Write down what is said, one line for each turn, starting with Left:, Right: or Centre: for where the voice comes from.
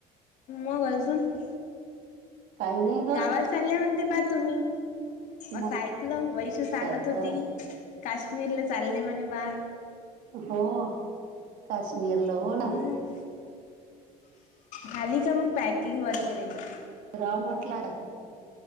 Left: मग अजून? <inaudible>
Right: काही नाही. ग
Left: गावाला चालल्या म्हणते बा तुम्ही मस्त
Right: मग
Left: ऐकलं वैशु सांगत
Right: काय
Left: होती.
Right: तर
Left: काश्मीरला चाल्ले म्हणे बा?
Right: हो काश्मीरला
Left: हम्म
Right: हो ना <inaudible>
Left: झाली का मग पॅकिंग वगैरे? <inaudible>
Right: राव्ह <unintelligible> म्हटला जात